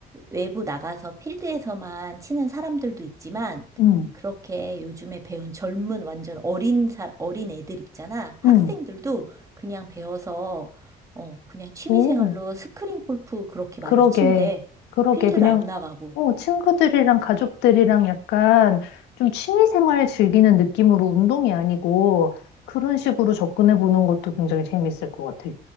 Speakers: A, on the right (about 20°); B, on the left (about 85°).
A: 외부 나가서 필드에서만 치는 사람들도 있지만,
B: 응,
A: 그렇게 요즘에 배운 젊은 완전 어린 사, 어린 애들 있잖아. 학생들도
B: 응.
A: 그냥 배워서, 어, 그냥 취미생활로
B: 오.
A: 스크린 골프 그렇게 많이
B: 그러게,
A: 친대.
B: 그러게.
A: 필드를
B: 그냥,
A: 안 나가고.
B: 어, 친구들이랑 가족들이랑 약간 좀 취미생활 즐기는 느낌으로 운동이 아니고 그런 식으로 접근해 보는 것도 굉장히 재밌을 것 같아.